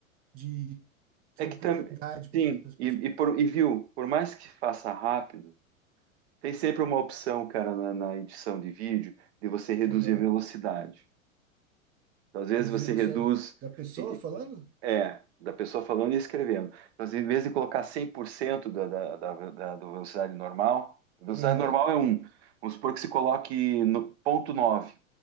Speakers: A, on the right (about 20°); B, on the right (about 50°).
A: de tranquilidade
B: É que também,
A: para
B: sim,
A: as pessoas.
B: e, e por- e viu, por mais que faça rápido, Tem sempre uma opção, cara, na, na edição de vídeo, de você reduzir
A: Aham.
B: a velocidade. Então, às vezes
A: Reduzir
B: você
A: a velocidade
B: reduz,
A: da pessoa
B: assim,
A: falando?
B: é, da pessoa falando e escrevendo. Então, às vezes, em vez de colocar 100% da, da, da, da- da velocidade normal, a velocidade
A: Aham.
B: normal é um. Vamos supor que se coloque no ponto 9.